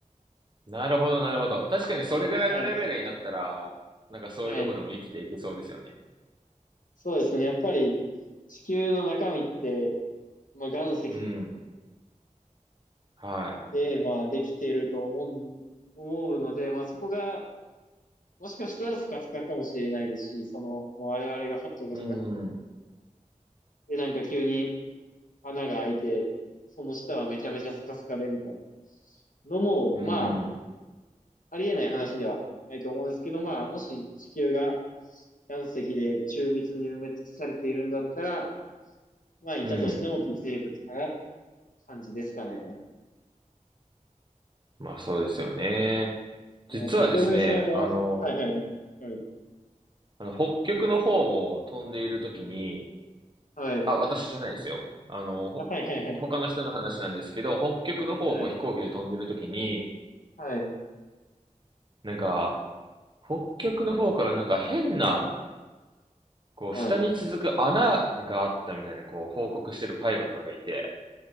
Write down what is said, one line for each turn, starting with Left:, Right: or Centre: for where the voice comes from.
Right: なるほど、なるほど。確かにそれぐらいのレベルになったら、
Left: はい。
Right: なんかそういうとこでも生きていけそうですよね。
Left: はい。そうですね。やっぱり地球の中身って、まあ、岩石
Right: うん。はい。
Left: で、まあ、できていると思う、思うので、まあ、そこが、もしかしたらスカスカかもしれないですし、その、もう我々が掘ったことない。
Right: うん。
Left: で、なんか急に穴が開いて、その下はめちゃめちゃスカスカでみたいなのも、
Right: うん。
Left: まあ、ありえない話ではないと思うんですけど、まあ、もし地球が岩石で中密に埋め尽くされているんだったら、まあ、いたとしても微生物かな、
Right: うん。
Left: 感じですかね。
Right: まあそうですよね。
Left: はい。
Right: 実はですね、
Left: 京平さんは、
Right: あの、
Left: はいはい。はい。
Right: あの北極の方を飛んでいるときに、
Left: はい。
Right: あ、私じゃないですよ。あの、ほ、
Left: あはいはいはい。
Right: 他の人の話なんですけど、北極の方をこう飛行機で飛んでるときに、
Left: はい。はい。
Right: なんか、北極の方からなんか変な、こう下に続く穴があったみたいな、
Left: はい。
Right: こう報告してるパイロットがいて、